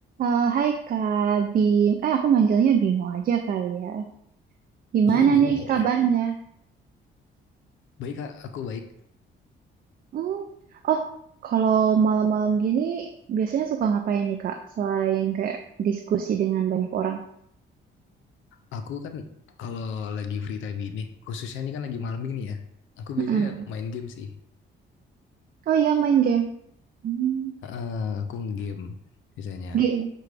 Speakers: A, on the right; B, on the left.
A: Eh, hai Kak Bim, eh aku manggilnya Bimo aja kali ya. Gimana
B: Iya Bimo
A: nih
B: boleh.
A: kabarnya?
B: Baik Kak, aku baik.
A: Hmm. Oh, kalau malam-malam gini biasanya suka ngapain nih Kak? Selain kayak diskusi dengan banyak orang.
B: Aku kan kalau lagi free time ini, khususnya ini kan lagi malam ini ya. Aku biasanya
A: Mm-mm.
B: main game sih.
A: Oh iya main game. Hmm.
B: Eh, aku game biasanya.
A: Game,